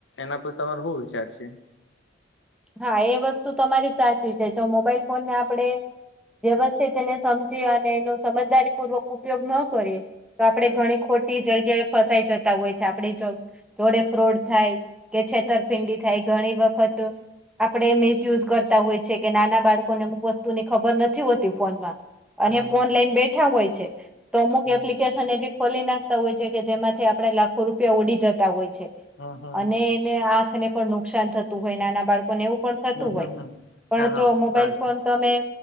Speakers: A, on the left; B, in the centre.
A: એના પર તમારો શું વિચાર છે.
B: હા એ વસ્તુ તમારી સાચી છે જો મોબાઈલ ફોન ને આપણે. વ્યવસ્થિત એને સમજી અને એનો સમજદારી પૂર્વક ઉપયોગ ન કરીએ. તો આપડણે ઘણી ખોટી જગ્યાએ ફસાઈ જતા હોય છે આપણી. જોડે ફ્રોડ થાય કે છેતરપિંડી થાય ઘણી વખત. આપણે મિસયુઝ કરતા હોય છે કે નાના બાળકોને અમુક વસ્તુની ખબર નથી હોતી ફોનમાં. અને
A: હમ
B: ફોન લઈને બેઠા હોય છે તો અમુક
A: હમ
B: એપ્લિકેશન એ ખોલી નાખતા હોય છે કે જેમાંથી આપણે લાખો રૂપિયા ઉડી જતા હોય છે
A: હમ હમ
B: અને ને આંખ ને પણ નુકસાન થતું હોય નાના બાળકો ને એવું પણ થતું
A: હમ
B: હોય
A: હ હમ.
B: પણ
A: હા હા
B: જો મોબાઈલ
A: હા
B: ફોન તમે